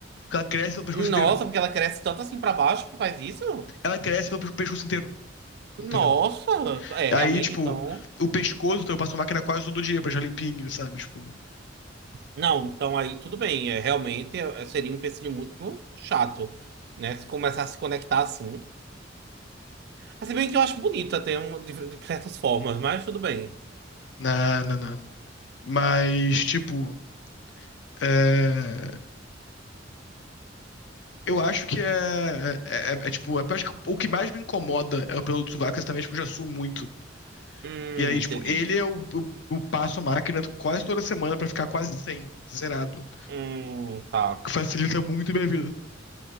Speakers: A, on the left; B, on the right.
A: Porque ela cresce pelo pescoço
B: Nossa,
A: inteiro.
B: porque ela cresce tanto assim pra baixo que faz isso?
A: Ela cresce pelo pescoço inteiro, entendeu?
B: Nossa, é realmente
A: Aí, tipo,
B: então.
A: o pescoço, então eu passo máquina quase todo dia pra deixar limpinho, sabe? Tipo,
B: Não, então aí tudo bem. É, realmente é- é, seria um empecilho muito chato, né? Se começar a se conectar assim. Mas Se bem que eu acho bonito até um- de, de certas formas, mas tudo bem.
A: na, na, na. Mas, tipo, é, eu acho que é, é, é, é, tipo, é, acho que o que mais me incomoda é o pelo do sovaco, exatamente porque eu já suo muito.
B: Hum,
A: E aí,
B: entendi.
A: tipo, ele é o, o, o passo máquina quase toda semana pra ficar quase 100, zerado.
B: Hum, tá.
A: Que facilita muito a minha vida.